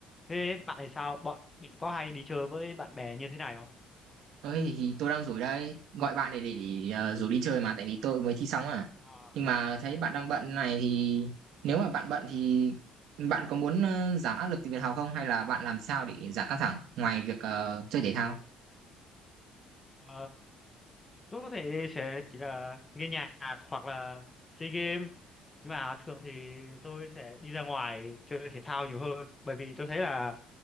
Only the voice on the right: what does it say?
Ơi thì thì tôi đang rủ đây gọi bạn để để, để ờ, rủ đi chơi mà tại vì tôi mới thi xong à
nhưng mà thấy bạn
đang bận này thì nếu mà bạn bận thì bạn có muốn ờ, giảm áp lực từ việc học không hay là bạn làm sao để giảm căng thẳng ngoài việc ờ, chơi thể thao